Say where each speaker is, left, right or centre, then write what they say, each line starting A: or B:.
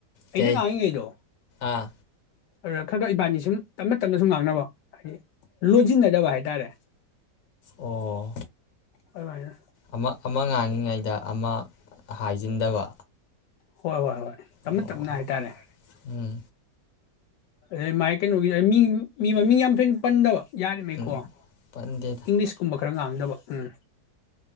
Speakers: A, on the left; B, on the left.
A: ꯑꯩꯅ
B: ꯀꯩ
A: ꯉꯥꯡꯉꯤꯉꯩꯗꯣ
B: ꯑꯥ
A: ꯑꯗꯨꯗ ꯈꯔ ꯈꯔ ꯏꯕꯥꯅꯤ ꯁꯨꯝ ꯇꯞꯅ ꯇꯞꯅ ꯁꯨꯝ ꯉꯥꯡꯅꯕ ꯍꯥꯏꯗꯤ ꯂꯣꯟꯁꯤꯟꯅꯗꯕ ꯍꯥꯏꯇꯥꯔꯦ
B: ꯑꯣ
A: ꯑꯗꯨꯃꯥꯏꯅ
B: ꯑꯃ ꯑꯃ ꯉꯥꯡꯉꯤꯉꯩꯗ ꯑꯃ ꯍꯥꯏꯖꯤꯟꯗꯕ
A: ꯍꯣꯏ ꯍꯣꯏ ꯍꯣꯏ ꯇꯞꯅ
B: ꯑꯣ
A: ꯇꯞꯅ ꯍꯥꯏꯇꯥꯔꯦ
B: ꯎꯝ
A: ꯑꯗꯩ ꯃꯥꯥꯏ ꯀꯩꯅꯣꯒꯤ ꯃꯤ ꯃꯤ ꯃꯃꯤꯡ ꯌꯥꯝ ꯊꯣꯏꯅ ꯄꯟꯗꯕ ꯌꯥꯔꯤꯃꯩꯀꯣ
B: ꯎꯝ ꯄꯟꯗꯦꯗ
A: ꯏꯪꯂꯤꯁꯀꯨꯝꯕ ꯈꯔ ꯉꯥꯡꯗꯕ ꯎꯝ